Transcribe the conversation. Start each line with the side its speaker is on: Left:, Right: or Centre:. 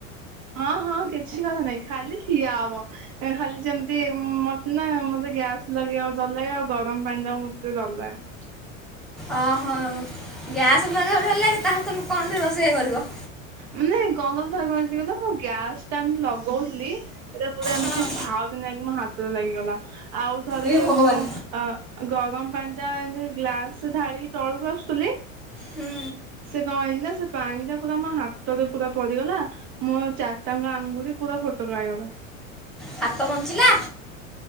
Right: ହଁ ହଁ କିଛି କଥା ନାଇଁ ଖାଲି ଠିଆ ହବ। ଏଁ ଖାଲି ଯେମିତି ମତେ ନା ମତେ ଗ୍ୟାସ୍ ଲଗେଇବାକୁ ଦର ଲାଗେ ଆଉ ଗରମ ପାଣିଟାକୁ ମତେ ଟିକେ ଦର ଲାଗେ।
Centre: ଅହ ଗ୍ୟାସ୍ ଲଗେଇଆକୁ ଡର ଲାଗେ ତାହେଲେ ତୁମେ କଣ ଟେ ରୋଷେଇ କରିବ?
Right: ମାନେ କଁ କହିଲ ଥରେ କଁ ହେଇଚି ଦେଖି କହିଲ ମୁଁ ଗ୍ୟାସଟା ଏମତି ଲଗଉଥିଲି ଏଟା ପୁରା ଏମିତି
Centre: ହଁ
Right: ଭାଉ କି ନାଗିକି ମୋ ହାତରେ ଲାଗିଗଲା ଆଉ ଥରେ
Centre: ଇ ଭଗବାନ
Right: ମୁଁ ଆ ଗରମ ପାଣିଟା ଏମତି ଗ୍ଲାସ ରେ ଢାଳିିକି ତଳୁକୁ ଆସୁଥିଲି
Centre: ହୁଁ
Right: ସେ କଣ ହେଇଚି ନା ସେ ପାଣିଟା ପୁରା ମୋ ହା ତରେ ପୁରା ପଡିଗଲା ମୋ ଚାରିଟାଙ୍କ ଆଙ୍ଗୁୁଳି ପୁରା ଫୋଟକା ଖଇଗଲା।
Centre: ହାତ ବଞ୍ଚିଲା?